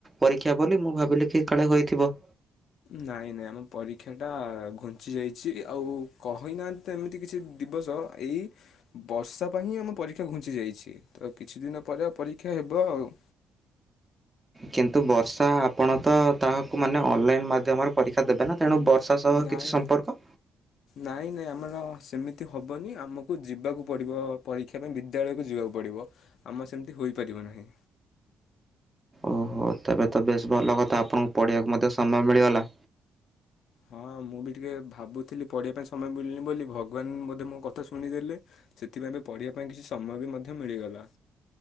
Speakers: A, on the right (about 15°); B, on the left (about 75°).
A: ପରୀକ୍ଷା ବୋଲି ମୁଁ ଭାବିଲି କି କାଳେ ହୋଇଥିବ।
B: ନାଇଁ ନାଇଁ ଆମ ପରୀକ୍ଷା ଟା ଘୁଞ୍ଚି ଯାଇଛି। ଆଉ କହିନାହାନ୍ତି ତ ଏମିତି କିଛି ଦିବସ ଏଇ ବର୍ଷା ପାଇଁ ହିଁ ଆମ ପରୀକ୍ଷା ଘୁଞ୍ଚି ଯାଇଛି। ତ କିଛି ଦିନ ପରେ ଆଉ ପରୀକ୍ଷା ହେବ ଆଉ।
A: କିନ୍ତୁ ବର୍ଷା ଆପଣ ତ ତାହାକୁ ମାନେ ଅନଲାଇନ ମାଧ୍ୟମରେ ପରୀକ୍ଷା ଦେବେ ନା। ତେଣୁ ବର୍ଷା ସହ
B: ନାଇଁ
A: କିଛି ସମ୍ପର୍କ।
B: ନାଇଁ ନାଇଁ ଆମର ସେମିତି ହବନି ଆମକୁ ଯିବାକୁ ପଡ଼ିବ ପରୀକ୍ଷା ପାଇଁ ବିଦ୍ୟାଳୟକୁ ଯିବାକୁ ପଡ଼ିବ ଆମ ସେମିତି ହୋଇପାରିବ ନାହିଁ।
A: ଓହୋ ତେବେ ତ ବେଶ ଭଲ କଥା ଆପଣଙ୍କୁ ପଢିବାକୁ ମତେ ସମୟ ମିଳିଗଲା।
B: ହଁ ମୁଁ ବି ଟିକେ ଭାବୁଥିଲି ପଢ଼ିବା ପାଇଁ ମୟ ମିଳୁନି ବୋଲି ଭଗବାନ ବୋଧେ ମୋ କଥା ଶୁଣି ଦେଲେ ସେଥିପାଇଁ ତ ପଢ଼ିବା ପାଇଁ କିଛି ସମୟ ବି ମ ମଧ୍ୟ ମିଳିଗଲା।